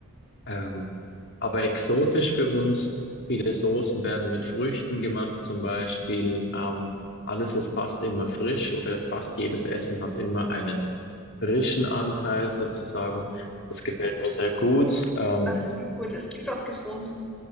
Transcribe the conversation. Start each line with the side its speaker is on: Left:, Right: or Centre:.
Left: ähm, aber exotisch für uns. Viele Soßen werden mit Früchten gemacht, zum Beispiel. Ähm, alles ist fast immer frisch oder fast jedes Essen hat immer einen frischen Anteil sozusagen. Das gefällt mir sehr gut. Ähm,
Centre: alles klingt gut. Es klingt auch gesund.